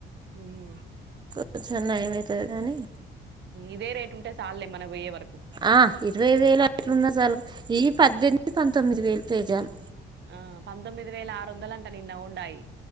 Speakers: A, on the right; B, on the right.
A: హుమ్
B: చూస్తన్నా ఏమయితది గానీ
A: ఇదే రేటు ఉంటే చాలులే మనం పోయే వరకు
B: ఆ ఇరవై వేలు అట్లున్నా చాలు ఈ పద్దెనిమిది పంతొమ్మిది వేలు పేజీలు
A: ఆ పంతొమ్మిది వేల ఆరు వందలు అంట నిన్న ఉండాయి